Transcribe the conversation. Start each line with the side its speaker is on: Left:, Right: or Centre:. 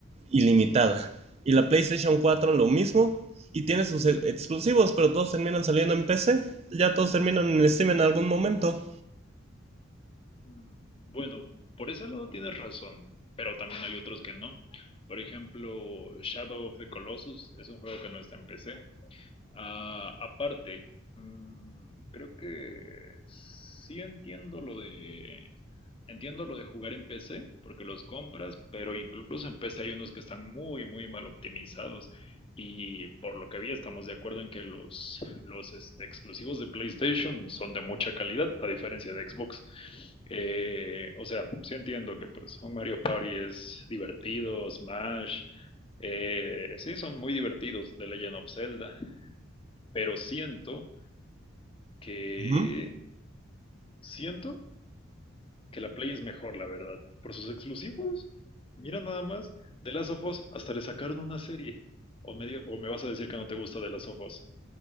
Right: ilimitada. Y la PlayStation 4 lo mismo. Y tiene sus e- exclusivos, pero todos terminan saliendo en PC. Ya todos terminan en Steam en algún momento.
Left: Mm, Bueno, por ese lado tienes razón, pero también hay otros que no. Por ejemplo, Shadow of the Colossus es un juego que no está en PC. Ah, aparte, mm, creo que sí entiendo lo de Entiendo lo de jugar en PC, porque los compras, pero incluso en PC hay unos que están muy, muy mal optimizados. Y por lo que vi, estamos de acuerdo en que los, los este, exclusivos de PlayStation son de mucha calidad, a diferencia de Xbox. Eh, o sea, sí entiendo que pues un Mario Party es divertido, Smash, eh, sí son muy divertidos The Legend of Zelda, pero siento que
Right: Ujú.
Left: siento que la Play es mejor, la verdad. Por sus exclusivos. Mira nada más. De Last of Us hasta le sacaron una serie. O me, diga- o me vas a decir que no te gusta de Last of Us.